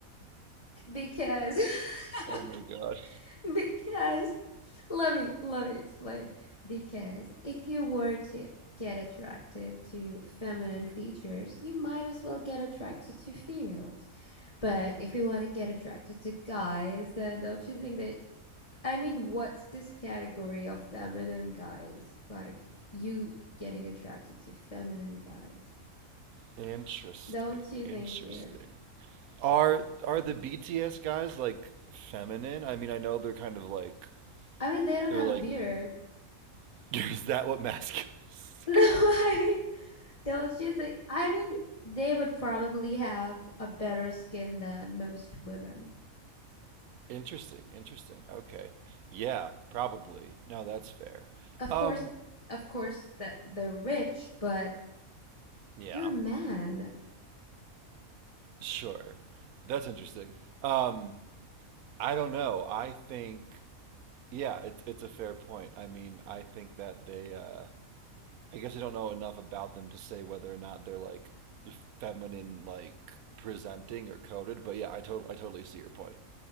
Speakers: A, on the left (about 25°); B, on the right (about 85°).
A: because <laughs>
B: Oh my God,
A: because Let me let me explain. Because if you were to get attracted to feminine features, you might as well get attracted to females. But if you want to get attracted to guys, then don't you think that I mean, what's this category of feminine guys? Like you getting attracted to feminine guys.
B: interesting,
A: Don't you
B: interesting.
A: think it's weird?
B: Are are the BTS guys like feminine? I mean, I know they're kind of like
A: I mean, they don't
B: they're
A: have
B: like
A: a beard. <laughs>
B: <laughs> is that what masculine is?
A: No, I mean, Don't you think? I mean, they would probably have a better skin than most women.
B: Interesting, interesting. Okay. Yeah, probably. No, that's fair.
A: Of
B: Um,
A: course, of course that they're rich, but
B: yeah,
A: they're men.
B: sure. That's interesting. Um, I don't know. I think yeah, it's it's a fair point. I mean, I think that they uh I guess I don't know enough about them to say whether or not they're like feminine like presenting or coded, but yeah, I totally I totally see your point.